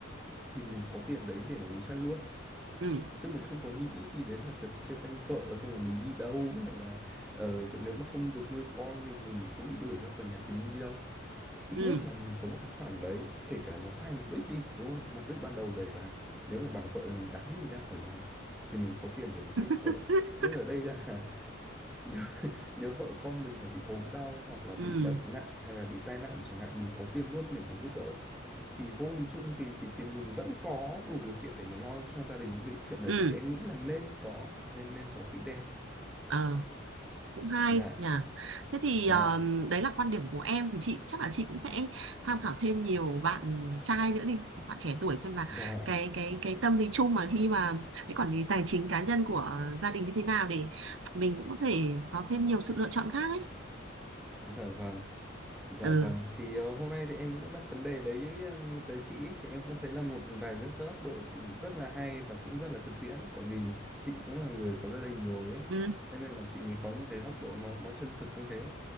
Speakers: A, in the centre; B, on the right.
A: thì mình có tiền đấy để mà mình xoay luôn
B: ừ
A: chứ mình không có nghĩ gì đến là việc chia tay vợ xong rồi mình đi đâu hay là ờ, nếu mà không được nuôi con thì mình cũng bị đuổi ra khỏi nhà thì mình đi đâu ít
B: ừ
A: nhất là mình có một cái khoản đấy kể cả nó sai mục đích đi đúng không mục đích ban đầu đấy là nếu mà bà vợ thì mình đám mình ra khỏi nhà thì mình có tiền để mà xoay sở
B: ừ
A: nhưng
B: <laughs>
A: ở đây là <laughs> nếu, nếu vợ con mình mà bị ốm đau hoặc là bị
B: ừ
A: bệnh nặng hay là bị tai nạn chẳng hạn mình có tiền luôn để mà giúp đỡ thì vô hình chung thì thì thì mình vẫn có đủ điều kiện để mà lo cho gia đình những cái chuyện đấy
B: ừ
A: thì em nghĩ là nên có nên nên có quỹ đen
B: Ờ. cũng hay
A: dạ
B: nhỉ thế thì
A: dạ
B: um, đấy là quan điểm của em thì chị chắc là chị cũng sẽ tham khảo thêm nhiều bạn trai nữa đi bạn trẻ tuổi xem là
A: dạ
B: cái cái cái tâm lý chung mà khi mà cái quản lý tài chính cá nhân của ờ, gia đình như thế nào để mình cũng có thể có thêm nhiều sự lựa chọn khác ấy
A: dạ vâng Dạ
B: ừ
A: vâng, thì ờ, hôm nay thì em cũng đặt vấn đề đấy ờ, tới chị ấy. Thì em cũng thấy là một vài các góc độ rất là hay và cũng rất là thực tiễn tại vì chị cũng là người có gia đình rồi ấy.
B: ừ
A: Cho Nên là chị mới có những cái góc độ nó nó chân thực như thế.